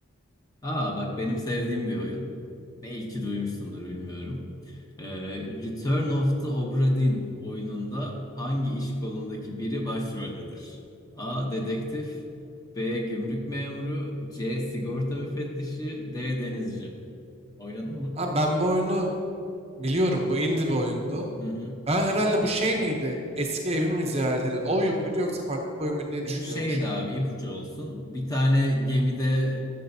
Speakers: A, on the left (about 15°); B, on the right (about 30°).
A: aa bak benim sevdiğim bir oyun. Belki duymuşsundur bilmiyorum. Ee, Return of the Obra Dinn oyununda hangi iş kolundaki biri başroldedir? A. Dedektif B. Gümrük memuru C. Sigorta müfettişi D. Denizci. Oynadın mı?
B: Abi ben bu oyunu biliyorum. Bu indie bir oyundu.
A: Hı hı.
B: Ben herhalde bu şey miydi? Eski evimi mi ziyaret ediyordu? O oyun muydu yoksa farklı bir oyun muydu diye
A: Bu
B: düşünüyorum
A: şeydi
B: şu
A: abi
B: an.
A: ipucu olsun. Bir tane gemide